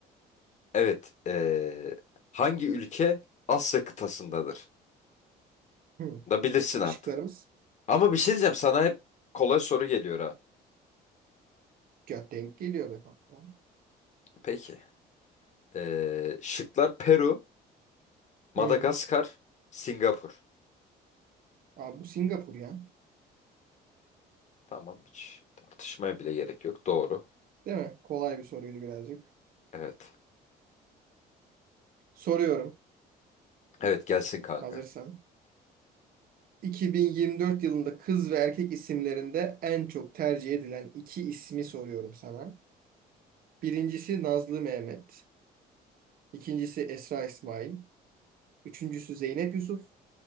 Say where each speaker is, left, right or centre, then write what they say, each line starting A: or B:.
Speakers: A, on the left; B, on the right.
A: Evet. e, hangi ülke Asya kıtasındadır?
B: hı,
A: Da bilirsin artık.
B: şıklarımız
A: Ama bir şey diyeceğim sana hep kolay soru geliyor ha.
B: gö- denk geliyor be kanka.
A: Peki. Ee, şıklar Peru, Madagaskar,
B: Hı.
A: Singapur.
B: Abi bu Singapur ya.
A: Tamam hiç tartışmaya bile gerek yok. Doğru.
B: Değil mi? Kolay bir soruydu birazcık.
A: Evet.
B: Soruyorum
A: Evet gelsin kanka.
B: hazırsan. 2024 yılında kız ve erkek isimlerinde en çok tercih edilen iki ismi soruyorum sana. Birincisi Nazlı Mehmet. ikincisi Esra İsmail. Üçüncüsü Zeynep Yusuf.